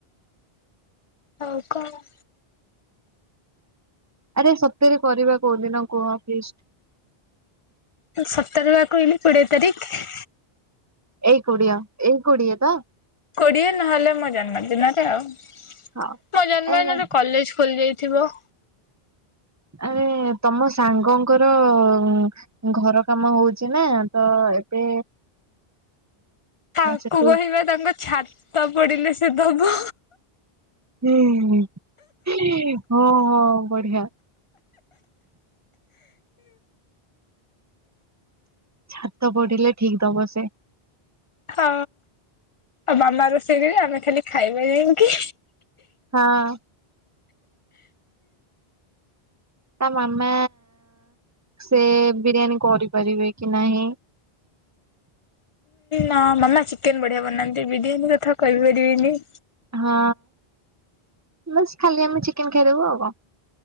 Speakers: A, on the left; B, on the right.
A: ଆଉ କଣ।
B: ଆରେ ସତ୍ୟରେ କରିବା କୋଉଦିନ କୁହ ଫିଷ୍ଟ୍।
A: ତୁ ସତରେ ବା କହିଲି କୋଡିଏ ତାରିଖି।
B: ଏଇ କୋଡିଅ ଏଇ କୋଡିଏ ତ।
A: କୋଡ଼ିଏ ନହେଲେ ମୋ ଜନ୍ମଦିନରେ ଆଉ। ମୋ
B: ହଉ
A: ଜନ୍ମଦିନ
B: ଆରେ ନା
A: ରେକଲେଜ୍ ଖୋଲି ଯାଇଥିବ।
B: ଆରେ ତମ ସାଙ୍ଗଙ୍କରଅ ଘର କାମ ହୋଉଚି ନା ତ ଏବେ
A: ତାଙ୍କୁ
B: ଆ ସେଠୁ
A: କହିବା ତାଙ୍କ ଛାତ ପଡିଲେ ସେ ଦବ।
B: ହୁଁ ହୁଁ ହଁ ହଁ ବଢିଆହ ଛାତ ପଢିଲେ ଠିକ୍ ଦବ ସେ।
A: ହଁ ଆଉ ମାମା ରୋଷେଇକରେ ଆମେ ଖାଲି ଖାଇବା ଯେ ମିତି।
B: ହଁ। ତା ମାମା ସେ ବିରିୟାନୀ କରିପାରିବେ କି ନାହିଁ।
A: ନା ମାମା ଚିକେନ ବଢ଼ିଆ ବନାନ୍ତି ବିରିୟାନୀ କଥା କହିପାରିବିନି।
B: ହଁ ବାସ୍ ଖାଲି ଆମେ ଚିକେନ୍ ଖାଇଦେବୁ ଆଉ କଣ।